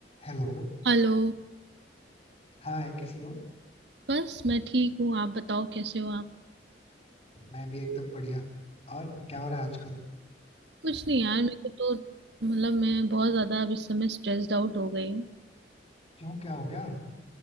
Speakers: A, on the left; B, on the right.
A: हेलो
B: हेलो
A: हाय कैसे हो
B: बस मैं ठीक हूँ आप बताओ कैसे हो आप
A: मैं भी एकदम बढ़िया और क्या हो रहा है आजकल
B: कुछ नहीं यार मेरे को तो मतलब मैं बहुत ज्यादा अब इस समय स्ट्रेस्ड आउट हो गई हूँ
A: क्यों क्या हो गया